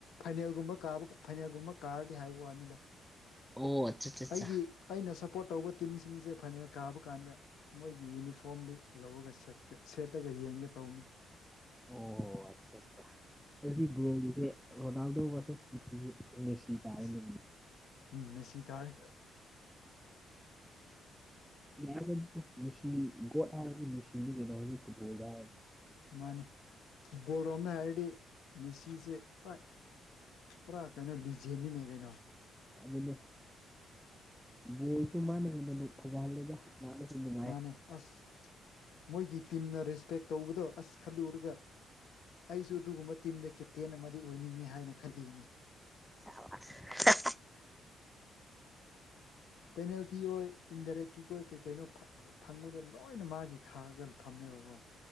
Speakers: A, on the left; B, in the centre.
A: ꯐꯥꯏꯅꯦꯜꯒꯨꯝꯕ ꯀꯥꯕ ꯐꯥꯏꯅꯦꯜꯒꯨꯝꯕ ꯀꯥꯔꯗꯤ ꯍꯥꯏꯕ ꯋꯥꯅꯤꯗ꯫
B: ꯑꯣ ꯑꯠꯆꯥ꯫ ꯆꯥ
A: ꯑꯩꯒꯤ
B: ꯆꯥ
A: ꯑꯩꯅ ꯁꯞꯄꯣꯔꯠ ꯇꯧꯕ ꯇꯤꯝꯁꯤꯡꯁꯦ ꯐꯥꯏꯅꯦꯜ ꯀꯥꯕ ꯀꯥꯟꯗ꯫ ꯃꯣꯏꯒꯤ ꯌꯨꯅꯤꯐꯣꯔꯝꯗꯤ ꯂꯧꯔꯒ ꯁꯦꯠꯀꯦ ꯁꯦꯠꯂꯒ ꯌꯦꯡꯒꯦ ꯇꯧꯕꯅꯤ
B: ꯑꯣꯑꯣ ꯑꯆꯥꯆꯥ ꯑꯗꯨꯗꯤ ꯕ꯭ꯔꯣꯒꯤꯖꯦ ꯔꯣꯅꯥꯜꯗꯣ ꯕ꯭ꯔꯁꯦꯁ ꯃꯦꯁꯤ ꯇꯥꯔꯦꯅꯦ
A: ꯑꯁ ꯎꯝ ꯃꯦꯁꯤ ꯇꯥꯔꯦ
B: ꯌꯥꯏ ꯑꯗꯨꯖꯨ ꯃꯦꯁꯤ ꯒꯣꯠ ꯍꯥꯏꯔꯗꯤ ꯃꯦꯁꯤꯅꯤ ꯀꯩꯅꯣ ꯍꯧꯖꯤꯛ ꯐꯨꯠꯕꯣꯜꯗ ꯍꯥꯏꯔꯗꯤ
A: ꯃꯥꯟꯅꯦ ꯐꯨꯠꯕꯣꯜ ꯔꯣꯝꯗ ꯍꯥꯏꯔꯗꯤ ꯃꯦꯁꯤꯁꯦ ꯄꯨꯔꯥ ꯄꯨꯔꯥ ꯀꯩꯅꯣ ꯂꯤꯖꯦꯟꯅꯤꯅꯦ ꯀꯩꯅꯣ
B: ꯑꯗꯨꯅꯦ ꯕꯣꯜꯖꯨ ꯃꯥꯅ ꯍꯦꯟꯅ ꯅꯨꯡ ꯐꯪꯍꯜꯂꯦꯗ UNINTELLIGIBLE
A: ꯃꯥꯅꯦ ꯑꯥꯁ ꯃꯣꯏꯒꯤ ꯇꯤꯝꯅ ꯔꯦꯁꯄꯦꯛ ꯇꯧꯕꯗꯣ ꯑꯁ ꯈꯜꯂꯨꯔꯒ ꯑꯩꯖꯨ ꯑꯗꯨꯒꯨꯝꯕ ꯇꯤꯝꯗ ꯀꯦꯞꯇꯦꯟ ꯑꯃꯗꯤ ꯑꯣꯏꯅꯤꯡꯉꯦ ꯍꯥꯏꯅ ꯈꯜꯂꯤꯕꯅꯦ
B: INAUDIBLE
A: ꯄꯦꯅꯥꯜꯇꯤ ꯑꯣꯏ ꯏꯟꯗꯥꯏꯔꯦꯛꯀꯤꯛ ꯑꯣꯏ ꯀꯩ ꯀꯩꯅꯣ ꯐꯥ ꯐꯪꯕꯗꯣ ꯂꯣꯏꯅ ꯃꯥꯒꯤ ꯈꯥꯛꯑꯒ ꯊꯝꯃꯦꯕꯀꯣ